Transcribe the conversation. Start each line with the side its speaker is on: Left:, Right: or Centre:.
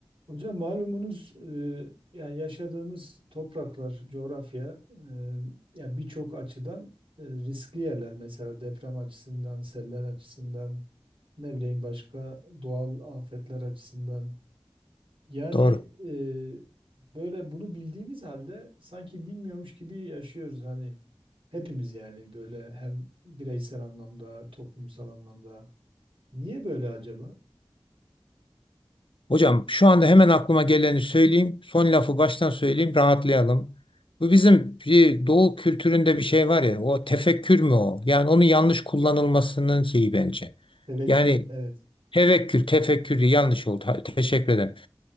Right: Hocam malumunuz e, yani yaşadığımız topraklar, coğrafya e, ya birçok açıdan e, riskli yerler. Mesela deprem açısından, seller açısından, ne bileyim başka doğal afetler açısından. Yani
Left: Doğru.
Right: e, böyle bunu bildiğimiz halde sanki bilmiyormuş gibi yaşıyoruz hani hepimiz yani böyle hem bireysel anlamda, toplumsal anlamda. Niye böyle acaba?
Left: Hocam şu anda hemen aklıma geleni söyleyeyim. Son lafı baştan söyleyeyim, rahatlayalım. Bu bizim bir doğu kültüründe bir şey var ya, o tefekkür mü o? Yani onun yanlış kullanılmasının şeyi bence.
Right: Tevekkül,
Left: Yani
Right: evet.
Left: tevekkül, tefekkür diye yanlış oldu. Ha, Teşekkür ederim.